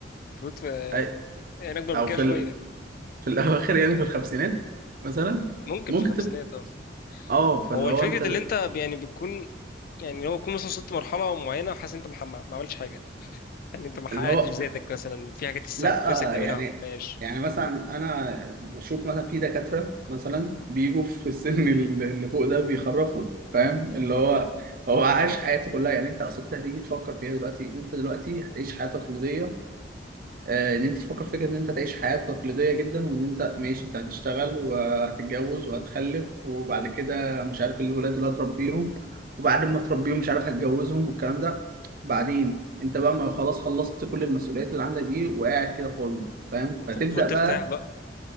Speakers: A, on the left; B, on the right.
A: المفروض في-
B: أي-
A: يعني اكبر
B: او
A: من كده
B: في
A: شويه
B: ال... في الاواخر يعني في الخمسينات مثلا
A: ممكن
B: ممكن
A: في الخمسينات
B: تبقى
A: اه
B: اه فاللي
A: هو
B: هو
A: الفكره
B: انت
A: اللي انت ب- يعني بتكون يعني لو تكون مثلا وصلت لمرحله معينه وحاسس ان انت مح- ما عملتش حاجه يعني انت ما حققتش
B: اللي هو
A: ذاتك مثلا في حاجات لسه
B: لا
A: كنت نفسك تعملها
B: يعني
A: ما عملتهاش
B: يعني مثلا انا بشوف مثلا في دكاتره مثلا بيجوا في السن ال- اللي فوق ده بيخرفوا فاهم اللي هو هو عايش حياته كلها يعني انت اصلا انت هتيجي تفكر فيها دلوقتي انت دلوقتي هتعيش حياه تقليديه آه، ان انت تفكر في فكره ان انت تعيش حياه تقليديه جدا وان انت ماشي انت هتشتغل وهتتجوز وهتخلف وبعد كده مش عارف الولاد اللي هتربيهم وبعد ما تربيهم مش عارف هتجوزهم والكلام ده بعدين انت بقى ما خلاص خلصت كل المسؤوليات اللي عندك دي وقاعد كده فاضي فاهم
A: انت
B: فتبدا
A: المفروض ترتاح
B: بقى
A: بقى